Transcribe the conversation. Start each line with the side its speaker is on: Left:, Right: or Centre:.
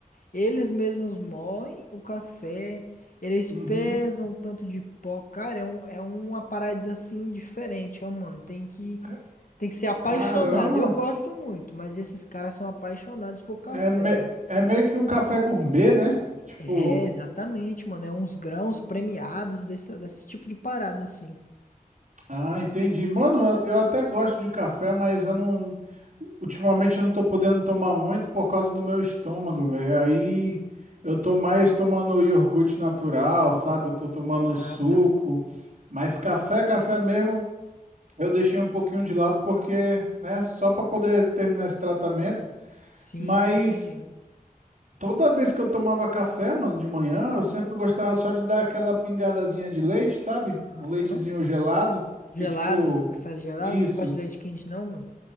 Left: eles mesmos moem o café, eles
Right: Uhum.
Left: pesam o tanto de pó. Cara, é, um, é uma parada assim diferente, ó, mano. Tem que,
Right: Ca-
Left: tem que ser apaixonado.
Right: Caramba!
Left: Eu gosto muito, mas esses caras são apaixonados por café,
Right: É, me-
Left: mano.
Right: é meio que um café gourmet, né? Tipo,
Left: É, exatamente, mano. É uns grãos premiados desse, desse tipo de parada, assim.
Right: Ah, entendi. Mano, eu eu até gosto de café, mas eu não. Ultimamente eu não tô podendo tomar muito por causa do meu estômago, velho. Aí eu tô mais tomando iogurte natural, sabe? Eu tô tomando
Left: Ah,
Right: suco.
Left: tá.
Right: Mas café, café mesmo, eu deixei um pouquinho de lado porque, né, só para poder terminar esse tratamento.
Left: Sim,
Right: Mas.
Left: sim, entendi.
Right: Toda vez que eu tomava café, mano, de manhã, eu sempre gostava só de dar aquela pingadazinha de leite, sabe?
Left: Aham.
Right: Um leitezinho gelado,
Left: Gelado?
Right: que é tipo,
Left: Prefere gelado?
Right: isso.
Left: Não gosta de leite quente, não, mano?